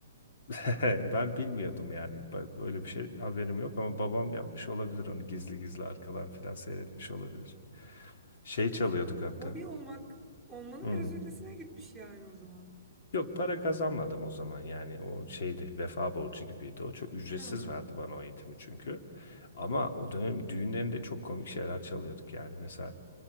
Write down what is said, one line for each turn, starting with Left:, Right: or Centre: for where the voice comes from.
Left: <laughs> Ben bilmiyordum yani. Ba- Böyle bir şey haberim yok ama babam yapmış olabilir onu gizli gizli arkadan filan seyretmiş olabilir. Şey
Centre: E peki
Left: çalıyorduk
Centre: bu
Left: hatta.
Centre: hobi olmak olmanın
Left: Hmm.
Centre: biraz ötesine gitmiş yani o zaman.
Left: Yok para kazanmadım o zaman yani o şeydi vefa borcu gibiydi o. Çok ücretsiz
Centre: Hmm.
Left: verdi bana o eğitimi çünkü. Ama o dönem düğünlerinde çok komik şeyler çalıyorduk yani. Mesela